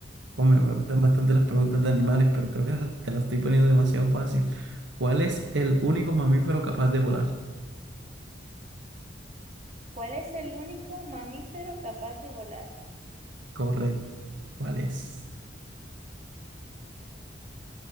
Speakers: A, on the right; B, on the right.
A: Hombre, me gustan bastante las preguntas de animales, pero creo que te las estoy poniendo demasiado fácil. ¿Cuál es el único mamífero capaz de volar?
B: ¿Cuál es el único mamífero capaz de volar?
A: Correcto. ¿Cuál es?